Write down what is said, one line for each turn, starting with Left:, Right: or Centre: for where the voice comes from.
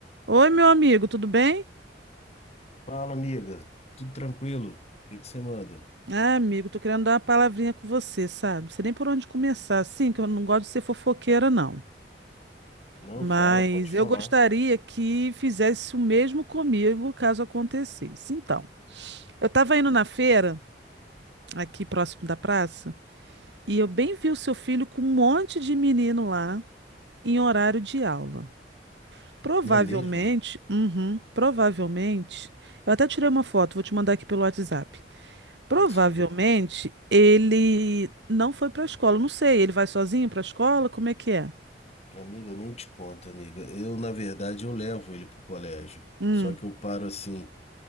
Right: Oi, meu amigo, tudo bem?
Left: Fala, amiga. Tudo tranquilo? O que que você manda?
Right: Ah, amigo, tô querendo dar uma palavrinha com você, sabe? Não sei nem por onde começar, assim, que eu não gosto de ser fofoqueira, não.
Left: Não,
Right: Mas
Left: fala, pode falar.
Right: eu gostaria que fizesse o mesmo comigo, caso acontecesse. Então, eu tava indo na feira, aqui próximo da praça, e eu bem vi o seu filho com um monte de menino lá, em horário de aula. Provavelmente,
Left: É mesmo?
Right: uhum, provavelmente, eu até tirei uma foto, vou te mandar aqui pelo WhatsApp. Provavelmente
Left: Não sei.
Right: ele não foi para a escola. Não sei, ele vai sozinho para a escola? Como é que é?
Left: Amiga, eu nem te conto, amiga. Eu, na verdade, eu levo ele pro colégio.
Right: Hum.
Left: Só que eu paro assim,